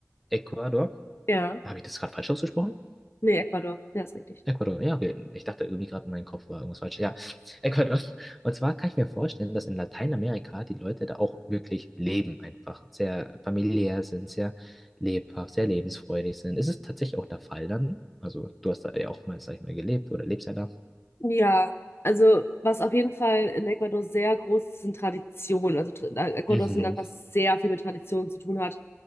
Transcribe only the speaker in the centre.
Ecuador.
Habe ich das gerade falsch ausgesprochen?
Ecuador, ja, okay. Ich dachte irgendwie gerade, in meinem Kopf war irgendwas falsch. Ja, <laughs> Ecuador. Und zwar kann ich mir vorstellen, dass in Lateinamerika die Leute da auch wirklich leben, einfach sehr familiär sind, sehr lebhaft, sehr lebensfreudig sind. Ist es tatsächlich auch der Fall dann? Also, du hast da ja auch mal, sag ich mal, gelebt oder lebst ja da.
Mhm.